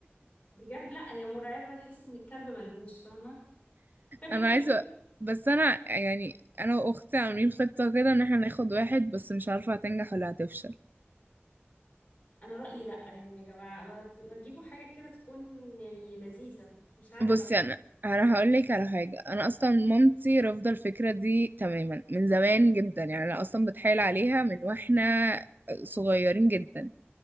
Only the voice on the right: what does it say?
انا عايزة بس انا يعني انا واختي عاملين خطة كده ان احنا ناخد واحد بس مش عارفة هتنجح ولا هتفشل
بصي انا انا هقول لك على حاجه انا اصلا مامتي رافضه الفكره دي تماما من زمان جدا يعني انا اصلا بتحايل عليها من واحنا صغيرين جدا